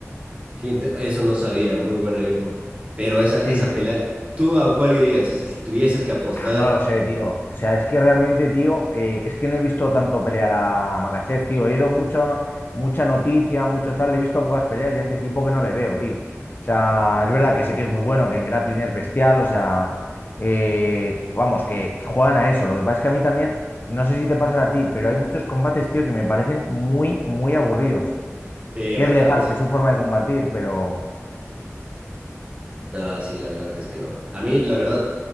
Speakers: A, on the right; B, on the left.
A: Qué inte- Eso no sabía, muy buena info. Pero esa,
B: Sí,
A: esa
B: sí,
A: pelea,
B: sí.
A: ¿tú a cuál irías? O sea, si tuvieses que apostar,
B: No lo sé, tío. O sea, es que realmente, tío, eh, es que no he visto tanto pelear a Makachev, tío. He ido mucha, mucha noticia, mucho tal. Le he visto pocas peleas y hace tiempo que no le veo, tío. O sea, es verdad que sé que es muy bueno, que en grappling es bestial. O sea, eh, vamos, que juegan a eso. Lo que pasa es que a mí también, no sé si te pasa a ti, pero hay muchos combates, tío, que me parecen muy, muy aburridos.
A: eh,
B: Que
A: bastante.
B: es legal, que es su forma de combatir, pero
A: Ah, sí, la verdad es que no. A mí, la verdad,